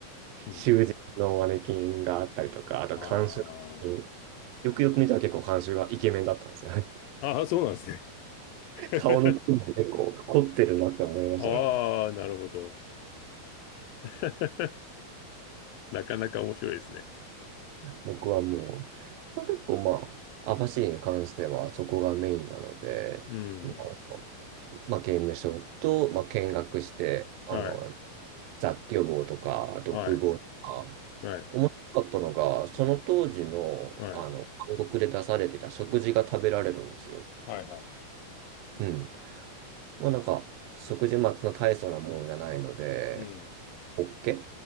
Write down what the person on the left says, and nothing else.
うん。
あ
あ。ああ、そうなんですね。<laughs>
ああ、なるほど。<laughs> なかなか面白いですね。
うん。
はい。
はい。はい。
はい。
はいはい。
うん。